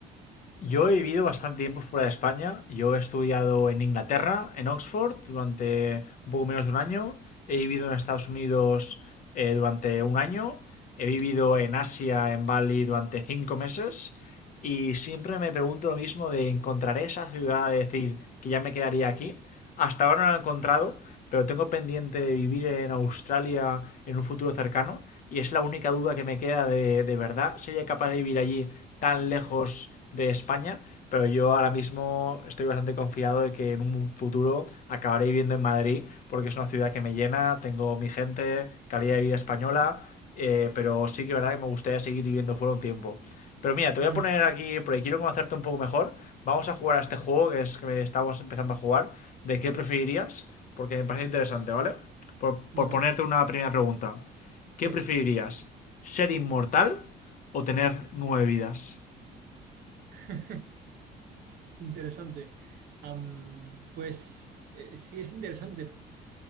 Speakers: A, on the left; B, on the right.
A: Yo he vivido bastante tiempo fuera de España. Yo he estudiado en Inglaterra, en Oxford, durante un poco menos de un año. He vivido en Estados Unidos eh, durante un año. He vivido en Asia, en Bali, durante cinco meses. Y siempre me pregunto lo mismo de encontraré esa ciudad, de decir que ya me quedaría aquí. Hasta ahora no la he encontrado, pero tengo pendiente de vivir en Australia en un futuro cercano y es la única duda que me queda de, de verdad. ¿Sería capaz de vivir allí tan lejos de España? Pero yo ahora mismo estoy bastante confiado de que en un futuro acabaré viviendo en Madrid porque es una ciudad que me llena, tengo mi gente, calidad de vida española, eh, pero sí que es verdad que me gustaría seguir viviendo fuera un tiempo. Pero mira, te voy
B: Mm,
A: a poner aquí, porque quiero conocerte un poco mejor. Vamos a jugar a este juego que es que estamos empezando a jugar. ¿De qué preferirías? Porque me parece interesante, ¿vale? Por,
B: Vale,
A: por ponerte una primera pregunta.
B: sí.
A: ¿Qué preferirías? ¿Ser inmortal o tener nueve vidas?
B: <laughs> Interesante. Am, pues eh, sí, es interesante.